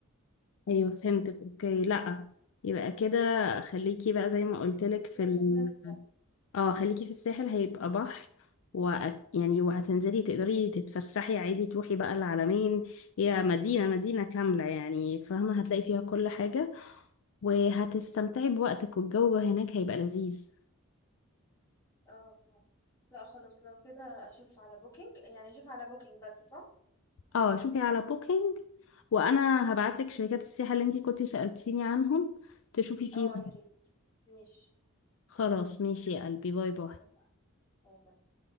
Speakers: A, on the left (about 65°); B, on the left (about 15°).
A: ايوه فهمتك اوكي لا يبقى كده خليكي بقى زي ما قلتلك في
B: كده
A: ال...
B: خلينا في الساحل
A: اه خليكي في الساحل هيبقى بحر و يعني وهتنزلي تقدري تتفسحي عادي تروحي بقى العلمين هي مدينة مدينة كاملة يعني فاهمة هتلاقي فيها كل حاجة وهتستمتعي بوقتك والجو هناك هيبقى لذيذ
B: اه لا خلاص لو كده أشوف على بوكينج يعني أشوف على بوكينج بس صح؟
A: اه شوفي على بوكينج وانا هبعتلك شركات السياحة اللي انتي كنتي سألتيني عنهم تشوفي
B: اه
A: فيهم
B: يا ريت ماشي
A: خلاص ماشي يا قلبي باي باي
B: اتفقنا. باي باي.